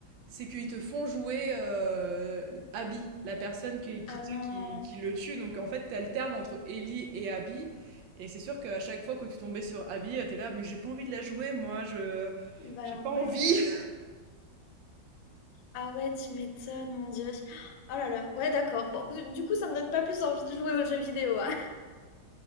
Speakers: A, on the right (about 80°); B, on the left (about 85°).
A: c'est qu'ils te font jouer euh, Abby, la personne qui, qui,
B: Ah
A: tu
B: non.
A: sais, qui, qui le tue. Donc en fait, t'alternes entre Ellie et Abby. Et c'est sûr qu'à chaque fois que tu tombais sur Abby, euh, t'es là, mais j'ai pas envie de la jouer, moi, je,
B: Bah
A: j'ai pas
B: ouais.
A: envie.
B: Ah ouais, tu m'étonnes, mon Dieu. Oh là là, ouais, d'accord. Bon, du coup, ça me donne pas plus envie de jouer aux jeux vidéo. hein.